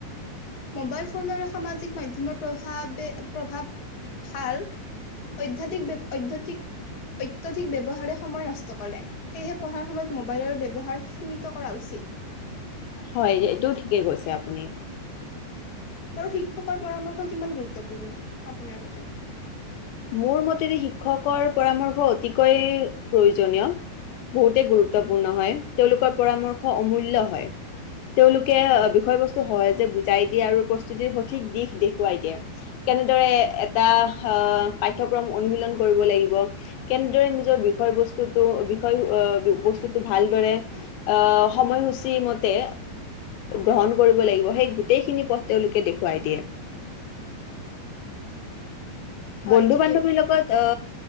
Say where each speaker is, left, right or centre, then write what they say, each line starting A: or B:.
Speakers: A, on the left; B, on the left.
A: মোবাইল ফোন আৰু সামাজিক মাধ্যমৰ প্ৰভাৱ প্ৰভাৱ ভাল অত্যাধিক অত্যাধিক অত্যাধিক ব্যৱহাৰে সময় নষ্ট কৰে সেয়েহে পঢ়াৰ সময়ত মোবাইলৰ ব্যৱহাৰ সীমিত কৰা উচিত।
B: হয় এইটোও ঠিকেই কৈছে আপুনি।
A: বাৰু শিক্ষকৰ পৰামৰ্শ কিমান গুৰুত্বপূৰ্ণ আপোনাৰ মতে।
B: মোৰ মতেদি শিক্ষকৰ পৰামৰ্শ অতিকৈ প্ৰয়োজনীয় বহুতেই গুৰুত্বপূৰ্ণ হয় তেওঁলোকৰ পৰামৰ্শ অমূল্য হয় তেওঁলোকে বিষয়বস্তু সহজে বুজাই দিয়ে আৰু প্ৰস্তুতিৰ সঠিক দিশ দেখুৱাই দিয়ে কেনেদৰে এটা। পাঠ্যক্ৰম অনুশীলন কৰিব লাগিব কেনেদৰে নিজৰ বিষয় বস্তুটো বিষয় বস্তুটো ভালদৰে সময়সূচী মতে গ্ৰহণ কৰিব লাগিব সেই গোটেইখিনি পথ তেওঁলোকে দেখোৱাই দিয়ে।
A: হয়
B: বন্ধু
A: ঠিকেই
B: বান্ধৱীৰ লগত অ